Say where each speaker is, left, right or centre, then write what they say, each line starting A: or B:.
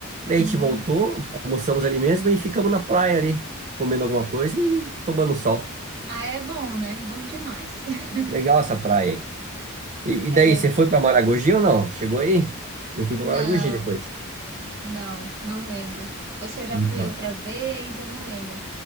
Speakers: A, on the right; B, on the right.
A: Daí a gente
B: Ah.
A: voltou, almoçamos ali mesmo e ficamos na praia ali, comendo alguma coisa e tomando sol.
B: Ah, é bom, né? Bom demais. <laughs>
A: Legal essa praia aí. E, e
B: É.
A: daí, você foi para Maragogi ou não? Chegou aí? Eu fui
B: Não,
A: para Maragogi depois.
B: não, não lembro. Ou se eu já
A: Então.
B: fui outra vez, eu não lembro.